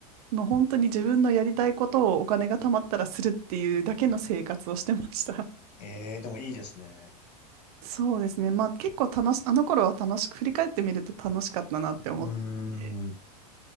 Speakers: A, on the right; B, on the left.
A: もう本当に自分のやりたいことをお金が貯まったらするっていうだけの生活をしてました。
B: えー、でもいいですね。
A: <laughs> そうですね。まあ結構楽し、あの頃は楽しく、振り返ってみると楽しかったなって思って、
B: うーん。